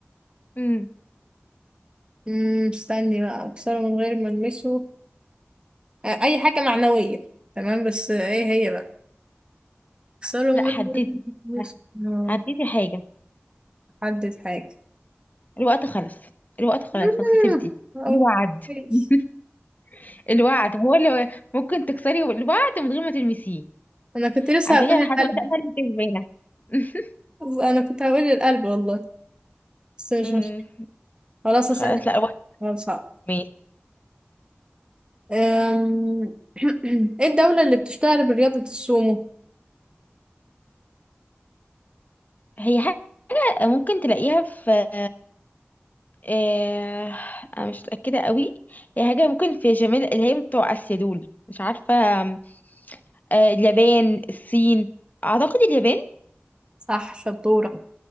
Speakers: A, on the left; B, on the right.
A: امم
B: امم استني بقى اكسره من غير ما المسه آه، اي حاجه معنويه تمام بس آه، ايه هي بقى اكسره من
A: لا حددي
B: غير ما المسه آه،
A: حددي حاجة
B: حدد حاجه
A: الوقت خلص الوقت خلاص
B: مم،
A: خلاص خسرتي
B: آه،
A: الوعد
B: كويس.
A: <laughs> الوعد هو اللي ممكن تكسري الوعد من غير ما تلمسيه
B: انا كنت لسه
A: على
B: هقول
A: فكرة لحد
B: القلب
A: دلوقتي انا اللي كسبانة <laughs>
B: انا كنت هقول القلب والله بس مش
A: أمم،
B: مش خلاص
A: خلاص
B: اسالك
A: لا الوعد
B: سؤال صعب
A: ماشي
B: أم، <clears throat> ايه الدوله اللي بتشتهر برياضه السومو
A: هي حاجة ممكن تلاقيها في آه، انا مش متأكدة قوي هي حاجة ممكن في جميل اللي هي بتوع اسيا دول مش عارفة آم، آه، اليابان الصين اعتقد اليابان
B: صح شطوره